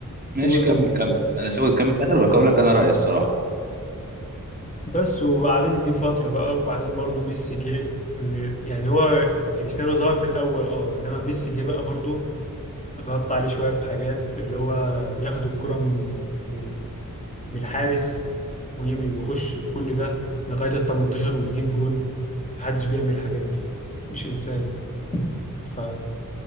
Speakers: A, on the right; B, on the left.
A: ماشي
B: قول
A: كمل
B: قول
A: كمل انا سيبك تكمل الاخر بقول لك انا رايي الصراحه
B: بس وبعدين دي الفترة بقى وبعدين برضه ميسي جه يعني هو كريستيانو ظهر في الأول اه إنما ميسي جه بقى برضه غطى عليه شوية في حاجات اللي هو ياخد الكرة من من ال- من الحارس ويجي- ويخش كل ده لغاية ال 18 ويجيب جون محدش بيعمل الحاجات دي مش إنسان ف...